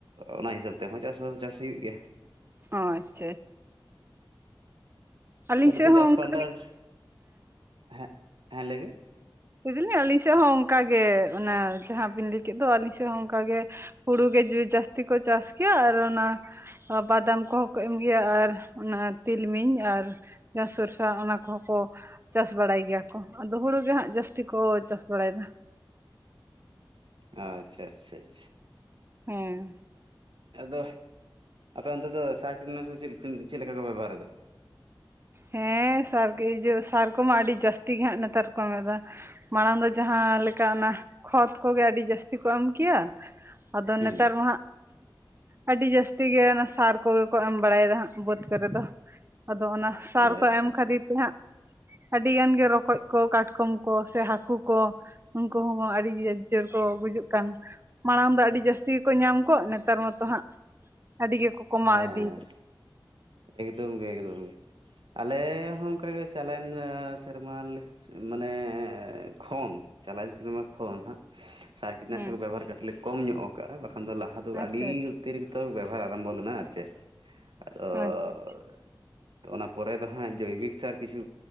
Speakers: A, on the right; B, on the right.
A: ᱚᱱᱟ ᱦᱤᱥᱟᱹᱵᱽ ᱛᱮᱦᱚᱸ ᱪᱟᱥ ᱦᱚᱸ ᱪᱟᱥ ᱦᱩᱭᱩᱜ ᱜᱮᱭᱟ ᱾
B: ᱚ ᱟᱪᱪᱷᱟ ᱟᱪ ᱟᱹᱞᱤᱧ
A: ᱟᱫᱚ ᱱᱤᱛᱚᱜ
B: ᱥᱮᱫ ᱦᱚᱸ
A: ᱡᱟᱥ
B: ᱚᱱᱠᱟ
A: ᱯᱟᱞᱴᱟᱞᱴ ᱦᱮᱸ ᱦᱮᱸ ᱞᱮ ᱵᱤᱱ?
B: ᱞᱟᱹᱭ ᱫᱟᱹᱞᱤᱧ ᱟᱹᱞᱤᱧ ᱥᱮᱫ ᱦᱚᱸ ᱚᱝᱠᱟᱜᱮ ᱚᱝᱟ ᱡᱟᱦᱟᱸ ᱵᱤᱱ ᱞᱟᱹᱭ ᱠᱮᱫ ᱫᱚ ᱟᱹᱞᱤᱧ ᱥᱮᱫ ᱦᱚᱸ ᱚᱝᱠᱟᱜᱮ᱾ ᱦᱩᱲᱩ ᱜᱮ <unintelligible> ᱡᱟᱹᱥᱛᱤ ᱠᱚ ᱪᱟᱥ ᱜᱮᱭᱟ ᱟᱨ ᱚᱱᱟ <unintelligible> ᱵᱟᱫᱟᱢ ᱠᱚᱦᱚᱸ ᱠᱚ ᱮᱢᱜᱮᱭᱟ ᱟᱨ ᱚᱱᱟ ᱛᱤᱞᱢᱤᱧ ᱟᱨ ᱡᱟ ᱥᱚᱨᱥᱟ ᱚᱱᱟ ᱠᱚᱦᱚᱸ ᱠᱚ ᱪᱟᱥ ᱵᱟᱲᱟᱭ ᱜᱮᱭᱟ ᱠᱚ ᱟᱫᱚ ᱦᱩᱲᱩ ᱜᱮ ᱦᱟᱸᱜ ᱡᱟᱹᱥ ᱛᱤ ᱠᱚ ᱪᱟᱥ ᱵᱟᱲᱟᱭ ᱫᱟ᱾
A: ᱟᱪᱪᱷᱟ ᱟᱪᱪᱷᱟ ᱟᱪᱪᱷᱟ᱾
B: ᱦᱩᱸ᱾
A: ᱟᱫᱚ, ᱟᱫᱚ ᱚᱱᱛᱮ ᱫᱚ ᱥᱟᱨ ᱪᱩᱱᱱᱟᱹ <unintelligible> ᱪᱮᱫ ᱪᱮᱫ ᱞᱮᱠᱟ ᱠᱚ ᱵᱮᱵᱚᱦᱟᱨ ᱫᱟ᱾
B: ᱦᱮᱸ ᱥᱟᱨ ᱜᱮ ᱡᱳ ᱥᱟᱨ ᱠᱚᱢᱟ ᱟᱹᱰᱤ ᱡᱟᱹᱥᱛᱤ ᱜᱮ ᱦᱟᱸᱜ ᱱᱮᱛᱟᱨ ᱠᱚ ᱮᱢᱚᱜ ᱫᱟ᱾ ᱢᱟᱲᱟᱝ ᱫᱚ ᱡᱟᱦᱟᱸ ᱞᱮᱠᱟ ᱚᱱᱟ ᱠᱷᱚᱛ ᱠᱚᱜᱮ ᱟᱹᱰᱤ ᱡᱟᱹᱥᱛᱤ ᱠᱚ ᱮᱢ ᱠᱮᱭᱟ ᱟᱫᱚ
A: ᱦᱩᱸ
B: ᱱᱮᱛᱟᱨ ᱢᱟ ᱦᱟᱸᱜ ᱟᱹᱰᱤ ᱡᱟᱹᱥᱛᱤ ᱜᱮ ᱚᱱᱟ ᱥᱟᱨ ᱠᱚᱜᱮ ᱠᱚ ᱮᱢ ᱵᱟᱲᱟᱭᱫᱟ ᱦᱟᱸᱜ ᱵᱟᱹᱫᱽ ᱠᱚᱨᱮ ᱫᱚ᱾ ᱟᱫᱚ ᱚᱱᱟ ᱥᱟᱨ
A: ᱟᱪᱪᱷᱟ
B: ᱠᱚ ᱮᱢ
A: ᱟᱪᱪᱷᱟ
B: ᱠᱷᱟᱹᱛᱤᱨ ᱛᱮ ᱦᱟᱸᱜ ᱟᱹᱰᱤ ᱜᱟᱱ ᱜᱮ ᱨᱚᱠᱚᱡ ᱠᱚ, ᱠᱟᱴᱠᱚᱢ ᱠᱚ ᱥᱮ ᱦᱟᱹᱠᱩ ᱠᱚ ᱩᱱᱠᱩ ᱦᱚᱸ ᱟᱹᱰᱤ ᱡᱳᱨ ᱠᱚ ᱜᱩᱡᱩᱜ ᱠᱟᱱ᱾ ᱢᱟᱲᱟᱝ ᱫᱚ ᱟᱹᱰᱤ ᱡᱟᱹᱥᱛᱤ ᱜᱮᱠᱚ ᱧᱟᱢ ᱠᱚᱜ ᱱᱮᱛᱟᱨ ᱢᱟᱛᱚ ᱦᱟᱸᱜ ᱟᱹᱰᱤ ᱜᱮᱠᱚ ᱠᱚᱢᱟᱣ
A: ᱦᱮᱸ
B: ᱤᱫᱤᱭᱮᱫᱟ
A: ᱮᱠᱫᱚᱢ ᱜᱮ ᱮᱠᱫᱚᱢ ᱜᱮ ᱟᱞᱮ ᱦᱚᱸ ᱚᱝᱠᱟᱜᱮ ᱪᱟᱞᱟᱭᱮᱱ ᱥᱮᱨᱢᱟ ᱞᱮ ᱢᱟᱱᱮ ᱠᱷᱚᱱ᱾ ᱪᱟᱞᱟᱣᱮᱱ ᱥᱮᱨᱢᱟ ᱠᱷᱳᱱ ᱦᱟᱸᱜ ᱥᱟᱨᱠᱤᱴᱱᱟᱥᱚᱠ
B: ᱦᱮᱸ
A: ᱵᱮᱵᱚᱦᱟᱨ ᱠᱟᱹᱴᱤᱡ ᱞᱮ ᱠᱚᱢ ᱧᱚᱜ ᱠᱟᱜᱼᱟ᱾ ᱵᱟᱠᱷᱟᱱ ᱫᱚ ᱞᱟ ᱟᱫᱚ
B: ᱟᱪᱪᱷᱟ
A: ᱟᱹᱰᱤ
B: ᱟᱪᱪᱷᱟ
A: ᱩᱛᱮᱨ ᱜᱮᱛᱚ ᱵᱮᱵᱚᱦᱟᱨ ᱟᱨᱟᱢᱵᱷᱚ ᱞᱮᱱᱟ ᱟᱨ ᱪᱮᱫ? ᱟᱫᱚ
B: ᱟᱪᱪᱷᱟ ᱟᱪᱪᱷᱟ
A: ᱚᱱᱟ ᱯᱚᱨᱮ ᱫᱚ ᱦᱟᱸᱜ ᱡᱳᱭᱵᱤᱠ ᱥᱟᱨ ᱠᱤᱪᱷᱩ